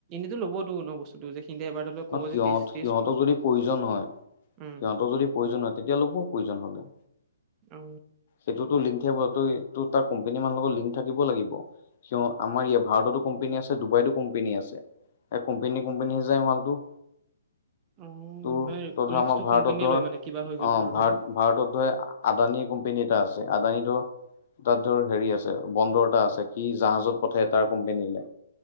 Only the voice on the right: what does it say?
এইটো লবটো ন বস্তুটো যে এইখিনিতে এবাৰলে কব
যে তিছ
উম
অ
অ।
মানে
ৰিক্সটো
কোম্পেনীয়ে
লয় মানে কিবা হৈ গ'লে
আৰু
ধৰি লও